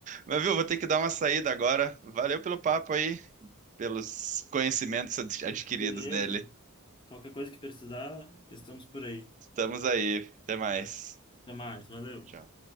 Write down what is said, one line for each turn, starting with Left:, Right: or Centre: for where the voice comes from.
Right: Mas viu, vou ter que dar uma saída agora. Valeu pelo papo aí. pelos conhecimentos adquiridos
Left: Beleza.
Right: nele.
Left: Qualquer coisa que precisar, estamos por aí.
Right: Estamos aí. Até mais.
Left: Até mais. Valeu.
Right: Tchau.